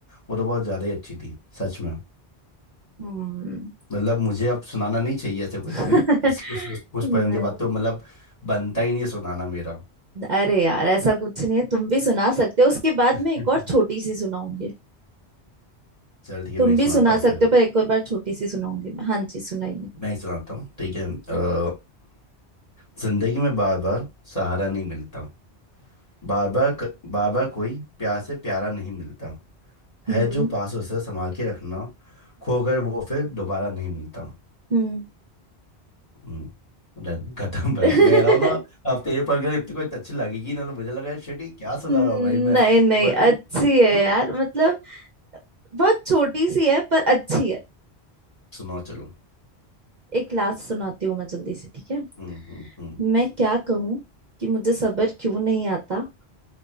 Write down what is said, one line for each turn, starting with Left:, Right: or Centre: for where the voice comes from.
Left: वो तो बहुत ज़्यादा ही अच्छी थी सच में
Right: हम्म
Left: मतलब मुझे अब सुनाना नहीं चाहिए ऐसे कुछ
Right: <laughs>
Left: भी इस उस, उस, उस
Right: नहीं,
Left: poem के बाद तो मतलब बनता ही नहीं है सुनाना मेरा
Right: अरे यार ऐसा कुछ नहीं है तुम भी सुना सकते हो उसके बाद
Left: <laughs>
Right: मैं एक और छोटी सी सुनाऊंगी
Left: चल ठीक है
Right: तुम
Left: मैं एक
Right: भी
Left: सुनाता
Right: सुना
Left: हूँ फिर
Right: सकते हो पर एक और बार छोटी सी सुनाऊंगी मैं हाँ जी सुनाइए
Left: मैं एक सुनाता हूँ ठीक है अ, <clears throat> जिंदगी में बार बार सहारा नहीं मिलता बार बार क- बार बार कोई प्यार से प्यारा नहीं मिलता
Right: हम्म
Left: है
Right: हम्म
Left: जो पास उसे संभाल के रखना खो कर वो फिर दोबारा नहीं मिलता
Right: हम्म।
Left: हम्म डन खत्म भाई
Right: हम्म
Left: मैं कह रहा हूँ ना
Right: <laughs>
Left: अब तेरे पर अगर इतनी कोई अच्छी लगेगी ना तो मुझे लगा शिट ये क्या सुना
Right: नहीं
Left: रहा हूँ भाई मैं
Right: नहीं
Left: वो इतनी
Right: अच्छी
Left: मतलब
Right: है यार मतलब बहुत छोटी सी है पर अच्छी है
Left: सुनाओ चलो
Right: एक लास्ट सुनाती हूँ मैं जल्दी से ठीक है
Left: हम्म हम्म हम्म
Right: मैं क्या कहूँ कि मुझे सब्र क्यों नहीं आता